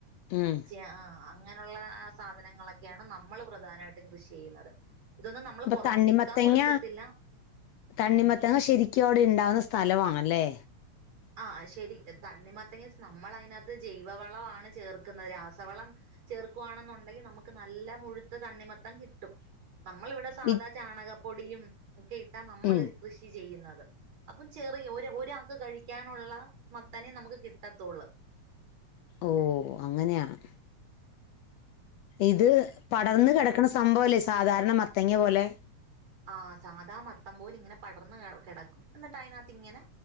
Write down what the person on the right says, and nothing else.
ജാ ആഹ് അങ്ങനുള്ള ആ സാധനങ്ങളൊക്കെയാണ് നമ്മള് പ്രധാനമായിട്ടും കൃഷി ചെയ്യുന്നത് ഇതൊന്നും നമ്മള്
പൊറത്ത്
വിക്കാൻ കൊടുക്കത്തില്ല
ഉം
ആ ശെരി തണ്ണിമത്തങ്ങ നമ്മളതിനകത്ത് ജൈവവളമാണ് ചേർക്കുന്നത് രാസവളം ചേർക്കുവാണെന്നുണ്ടെങ്കി നമുക്ക് നല്ല മുഴുത്ത തണ്ണിമത്തൻ കിട്ടും നമ്മളിവിടെ സാധാ
ചാണകപ്പൊടിയും ഒക്കെ ഇട്ടാ നമ്മളിത്
കൃഷി ചെയ്യുന്നത് അപ്പം ചെറിയ ഒരു ഒരാൾക്ക് കഴിക്കാനുള്ള മത്തനേ നമുക്ക് കിട്ടത്തൊള്ളൂ
ആഹ് സാദാ മത്തം പോല ഇങ്ങനെ പടർന്ന് കിടക്കും എന്നിട്ട് അയിനകത്ത് ഇങ്ങനെ